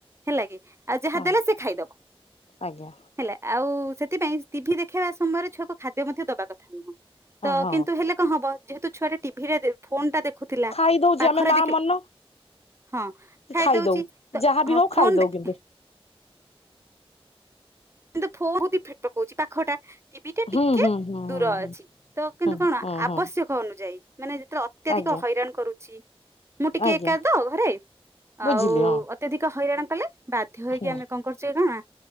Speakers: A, on the right; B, on the left.
A: ହେଲା କି ଆଉ ଯାହା
B: ହଁ
A: ଦେଲେ ସେ ଖାଇଦବ।
B: ଆଜ୍ଞା
A: ହେଲା ଆଉ ସେଥିପାଇଁ ଟିଭି ଦେଖେଇବା ସମୟରେ ଛୁଆକୁ ଖାଦ୍ୟ ମଧ୍ୟ ଦବା କଥା ନୁହଁ। ତ
B: ହଁ।
A: କିନ୍ତୁ ହେଲେ କଣ ହବ ଯେହେତୁ ଛୁଆଟା ଟିଭିରେ ଫୋନ ଟା ଦେଖୁଥିଲା
B: ଖାଇ ଦଉଛି
A: ପାଖରେ
B: ଆମେ ମା
A: ଦେଖ
B: ମନ
A: ହଁ
B: କି
A: ଖାଇଦଉଚି
B: ଖାଇଦଉ
A: ତ
B: ଯାହାବି
A: ହଁ
B: ହଉ ଖାଇଦଉ
A: ଫୋନ ଦେଖ
B: କିନ୍ତୁ
A: କିନ୍ତୁ ଫୋହୁତ ଇଫେଟ ପକଉଚି ପାଖଟା - ଟିଭି ଟା
B: ହୁଁ
A: ଟିକେ
B: ହୁଁ ହୁଁ ହୁଁ
A: ଦୂର
B: ହୁଁ
A: ଅଛି ତ କିନ୍ତୁ
B: ହୁଁ
A: କଣ
B: ହୁଁ ହୁଁ
A: ଆବଶ୍ୟକ ଅନୁଯାୟୀ - ମାନେ ଯେତେବେଳେ ଅତ୍ୟଧିକ
B: ଆଜ୍ଞା
A: ହଇରାଣ କରୁଚି ମୁଁ ଟିକେ
B: ଆଜ୍ଞା
A: ଏକା ତ ଘରେ
B: ବୁଝିଲି
A: ଆଉ।
B: ହଁ
A: ଅତ୍ୟଧିକ ହଇରାଣ କଲେ ବାଧ୍ୟ ହୋଇକି
B: ହୁଁ
A: ଆମେ କଣ କରୁଚେ ନା